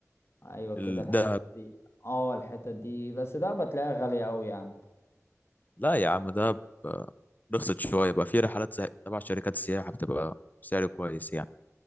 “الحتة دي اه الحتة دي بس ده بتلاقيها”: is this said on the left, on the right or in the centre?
Left